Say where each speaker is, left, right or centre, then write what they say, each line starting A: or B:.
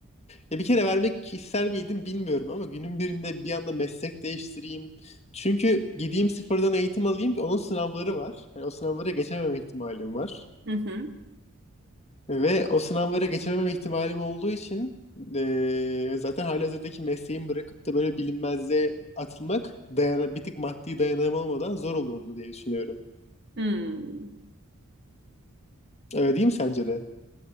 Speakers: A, on the left; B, on the right.
A: Ya bir kere vermek ister miydim bilmiyorum ama günün birinde bir anda meslek değiştireyim. Çünkü gideyim sıfırdan eğitim alayım onun sınavları var. Yani o sınavlara geçememe ihtimalim var.
B: Hı hı.
A: Ve o sınavlara geçememe ihtimalim olduğu için eee, zaten halihazırdaki mesleğimi bırakıp da böyle bilinmezliğe atılmak dayana, bir tık maddi dayanamam olmadan zor olurdu diye düşünüyorum.
B: Hmm.
A: Öyle değil mi sence de?